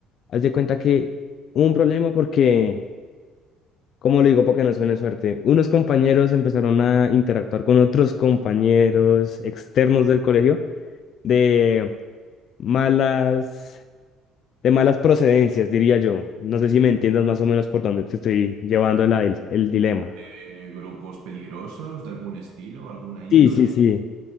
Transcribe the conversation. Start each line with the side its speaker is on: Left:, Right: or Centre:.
Left: haz de cuenta que hubo un problema porque, ¿cómo lo digo? Porque no suene suerte. Unos compañeros empezaron a interactuar con otros compañeros externos del colegio de malas, de malas procedencias, diría yo. No sé si me entiendas más o menos por dónde te estoy llevando la- el, el dilema.
Right: Eh, ¿grupos peligrosos de algún estilo, alguna índole?
Left: Sí, sí, sí.